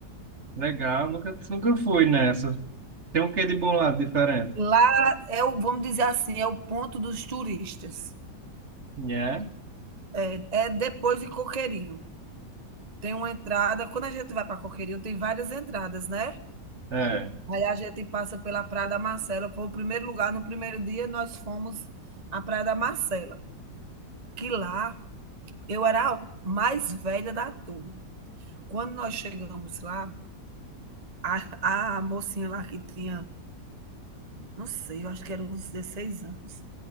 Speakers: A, on the right; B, on the right.
A: Legal, nunca, nunca fui nessa. Tem um quê de bom lá diferente?
B: Lá é o vamos dizer assim, é o ponto dos turistas.
A: É?
B: É, é depois de Coqueirinho. Tem uma entrada, quando a gente vai para Coqueirinho, tem várias entradas, né?
A: É.
B: Aí a gente passa pela Praia da Marcela, foi o primeiro lugar, no primeiro dia nós fomos à Praia da Marcela, que lá eu era a mais velha da turma. Quando nós chegamos lá, a, a mocinha lá que tinha, não sei, eu acho que era uns 16 anos,